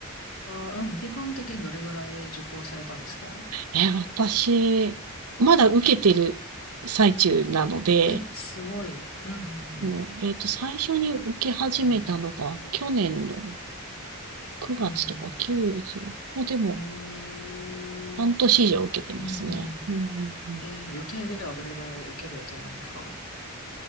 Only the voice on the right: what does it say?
え、私、まだ受けてる最中なので、
もう、えっと、最初に受け始めたのが、
去年の9月とか90、
もうでも、
半年以上受けてますね。
うんうんうん、